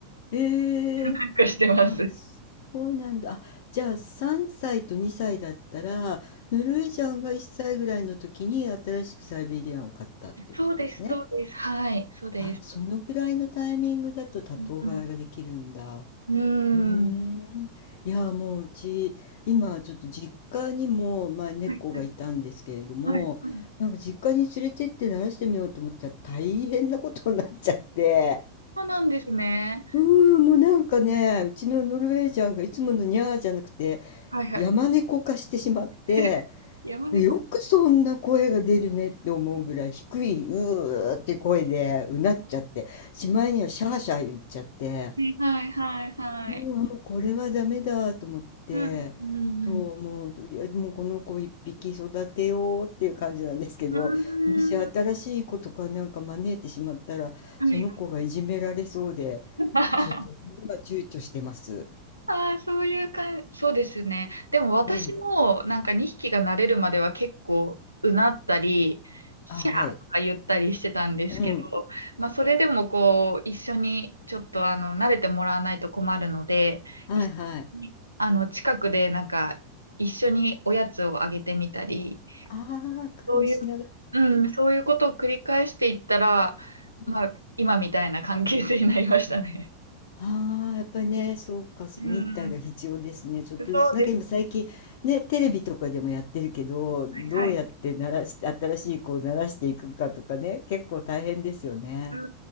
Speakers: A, on the left; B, on the right.
A: ええ。
B: なんかしてます。
A: あ、そうなんだ。あ、じゃあ3歳と2歳だったら、ノルウェージャンが1歳ぐらいの時に新しくサイベリアンを買ったっていうことですね。
B: そうです、そうです。はい、そうです。
A: あ、そのぐらいのタイミングだと多頭飼いができるんだ。
B: うん、うん。
A: うーん。
B: うーん。
A: いや、もううち、今ちょっと実家にも、まあ、猫がいたんですけれども、
B: はい、はい、はい、はい。
A: なんか実家に連れてって慣らしてみようと思ったら大変なことになっちゃって。
B: そうなんですね。
A: <laughs> うーん、もうなんかね、うちのノルウェージャンがいつものニャーじゃなくて、
B: はい、はい。
A: 山猫化してしまって、
B: <laughs> 山猫。
A: よくそんな声が出るねって思うぐらい低い、うーって声でうなっちゃって、しまいにはシャーシャー言っちゃって、
B: はい、はい、はい。
A: うわ、もうこれはダメだと思って、
B: うん、うん、
A: そう、
B: うん。
A: もうとりあえずもうこの子一匹育てようっていう感じなんですけど、
B: うーん。
A: もし新しい子とかなんか招いてしまったら、
B: はい。
A: その子がいじめられそうで、
B: <laughs>
A: ちょっと今躊躇してます。
B: ああ、そういう感じ、そうですね。でも私もなんか2匹が慣れるまでは結構うなったり、
A: うん。
B: シャーとか言ったりしてたんですけど、
A: あ、はい。うん。
B: まあそれでもこう一緒にちょっとあの慣れてもらわないと困るので、
A: はいはい。
B: 一緒にあの近くでなんか一緒におやつをあげてみたり、
A: ああ、
B: そういう、
A: 工夫しながらね。
B: うん、そういうことを繰り返していったら、まあ今みたいな関係性になりましたね。
A: うんああ、やっぱりね、そうか、
B: うん、
A: 忍耐が必要ですね。ちょっとずつ、
B: そうです。
A: なんか今最近、ね、テレビとかでもやってるけど、どうやって鳴らして、
B: はいはい。
A: 新しい子を鳴らしていくかとかね、結構大変ですよね。
B: う